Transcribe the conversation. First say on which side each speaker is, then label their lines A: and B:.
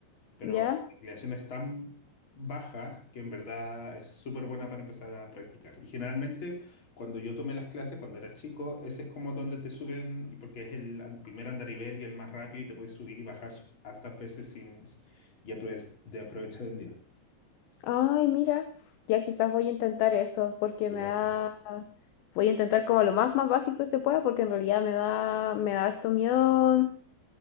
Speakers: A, on the left; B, on the left.
A: pero
B: ya.
A: la inclinación es tan baja que en verdad es súper buena para empezar a practicar. Y generalmente cuando yo tomé las clases cuando era chico, ese es como donde te suben, y porque es el an- primer andarivel y el más rápido y te puedes subir y bajar s- hartas veces sin, y aprove- de aprovechar el día.
B: Ay, mira, ya quizás voy a intentar eso, porque
A: Qué
B: me
A: bacán.
B: da, voy a intentar como lo más más básico que se pueda, porque en realidad me da, me da harto miedo